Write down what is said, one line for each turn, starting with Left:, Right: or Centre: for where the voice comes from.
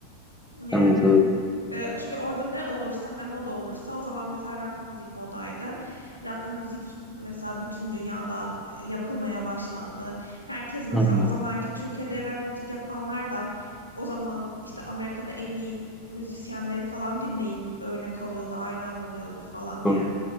Left: Yani
Centre: Evet evet.
Left: e, çünkü orada ne olursa ne moda olursa o zaman mesela rock müzik modaydı. Rock müzik mesela bütün dünyada e, yapılmaya başlandı. Herkes mesela
Centre: Hı hı,
Left: o zamanki Türkiye'de rock müzik yapanlar da o zaman işte Amerika'da en iyi müzisyenleri falan dinleyip örnek alıyordu, hayran oluyordu falan yani.
Centre: Doğru.